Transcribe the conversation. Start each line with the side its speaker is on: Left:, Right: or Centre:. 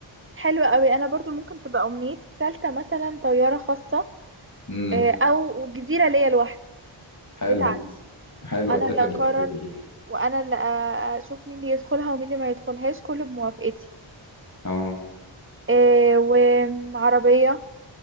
Right: حلو قوي أنا برضو ممكن تبقى أمنيتي التالتة مثلا طيارة خاصة
Left: امم
Right: آه، أو جزيرة ليا لوحدي
Left: حلو
Right: بتاعتي
Left: حلو
Right: انا
Left: اتفق
Right: اللي اقرر
Left: معاك في دي
Right: وانا اللي أ- اشوف مين اللي يدخلها ومين اللي ما يدخلهاش كله بموافقتي
Left: اه
Right: إيه وعربية